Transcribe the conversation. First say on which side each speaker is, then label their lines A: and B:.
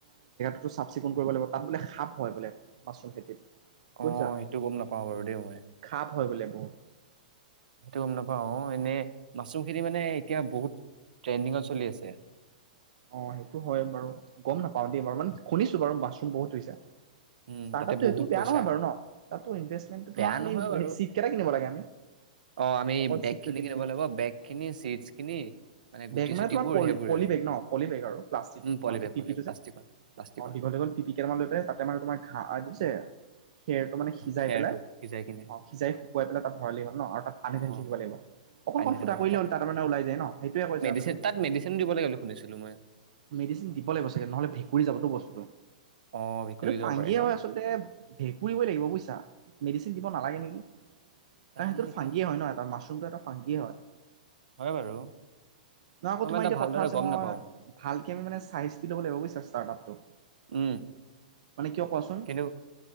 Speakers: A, on the right; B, on the right.
A: চাফ-চিকুণ কৰিব লাগিব, তাত বোলে সাপ হয় বোলে, মাচৰুম খেতিত। বুজিছা
B: অ', সেইটো গম নাপাওঁ বাৰু। <unintelligible>
A: সাপ হয় বোলে বহুত।
B: সেইটো গম নাপাওঁ। এনেই, মাচৰুম খেতি মানে, এতিয়া বহুত ট্ৰেণ্ডিঙত চলি আছে।
A: অ' সেইটো হয় বাৰু গম নাপাও দেই বাৰু মানে শুনিছো বাৰু মাছৰুম বহুত হৈছে
B: উম
A: ষ্টাৰ্ট
B: তাতে
A: আপটো
B: বহুত
A: সেইটো বেয়া
B: পইচা
A: নহয় বাৰু ন। তাতো ইনভেস্টমেন্টটো তোমাৰ
B: বেয়া
A: খালি,
B: নহয় বাৰু
A: চিট কেইটা কিনিব লাগে আমি।
B: অ আমি
A: অকল
B: বেগ
A: চিটটো
B: খিনি
A: কিনিলেই
B: কিনিব
A: হ'ল।
B: লাগিব বেগ খিনি চিটছ খিনি গুটি
A: বেগ মানে
B: চুটিবোৰ
A: তোমাৰ পলি
B: সেইবোৰে
A: পলি
B: আৰু
A: বেগ ন? <unintelligible> বেগ আৰু প্লাষ্টিকটো
B: উম
A: তোমাৰ
B: পলি
A: যে,
B: বেগ
A: পি
B: পলি
A: পি টো
B: প্লাষ্টিকৰ
A: যে।
B: প্লাষ্টিকৰ
A: অ, দীঘল, দীঘল পি, পি কেইটামান লৈ পেলাই, তাত তাতে মানে তোমাৰ ঘাঁ দিছে খেৰটো মানে সিজাই
B: খেৰটো
A: পেলাই
B: সিজাই কিনে
A: অ' সিজাই শুকুৱাই পেলাই তাত ভৰালেই হ'ল ন আৰু তাত পানী
B: অ
A: ঢালি থাকিব লাগিব। অকণ
B: পানী
A: অকণ
B: থাকিব
A: ফুটা
B: লাগে।
A: কৰিলে হ'ল তাত মানে ওলাই যায় ন, সেইটোয়ে কৈছে
B: মেডিচিন
A: আপুনি?
B: তাত মেডিচিনো দিব লাগে বুলি শুনিছিলো মই
A: মেডিচিন দিব লাগিব চাগে নহ'লে ভেঁকুৰি যাবতো বস্তুটো।
B: অ ভেকুৰী
A: সেইটো
B: যাব
A: ফাঙ্গীয়ে
B: পাৰে ন
A: হয় আচলতে, ভেঁকুৰিবই লাগিব বুইচা। মেডিচি দিব নালাগে নেকি?
B: জানো
A: কাঁহটোৰ
B: এতিয়া
A: ফাঙ্গীয়ে হয় ন, এটাৰ মাছ টো এটা ফাঙ্গীয়ে হয়।
B: হয় বাৰু। ইমান
A: নহয় আকৌ তোমাৰ
B: এটা
A: এতিয়া
B: ভালদৰে
A: কথা আছে
B: গ'ম
A: নহয়
B: নাপাওঁ।
A: ভালকে আমি মানে, চাই-চিটি ল'ব লাগিব বুজিছা ষ্টাৰ্ট আপটো।
B: উম
A: মানে কিয়, কোৱাচোন?
B: কিন্তু